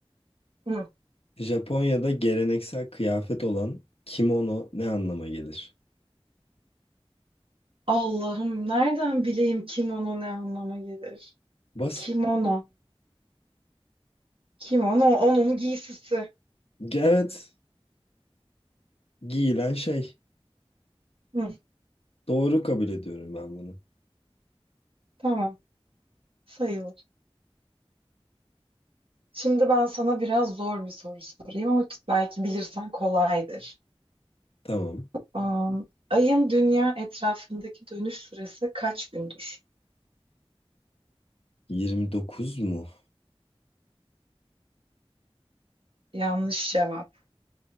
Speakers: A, on the right; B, on the left.
A: Hı.
B: Japonya'da geleneksel kıyafet olan kimono ne anlama gelir?
A: Allah'ım nereden bileyim kimono ne anlama gelir?
B: Basit.
A: Kimono. Kimono onun giysisi.
B: Evet. Giyilen şey.
A: Hı,
B: Doğru kabul ediyorum ben bunu.
A: tamam sayılır. Şimdi ben sana biraz zor bir soru sorayım ama belki bilirsen kolaydır.
B: Tamam.
A: Am, ayın dünya etrafındaki dönüş süresi kaç gündür?
B: 29 mu?
A: Yanlış cevap.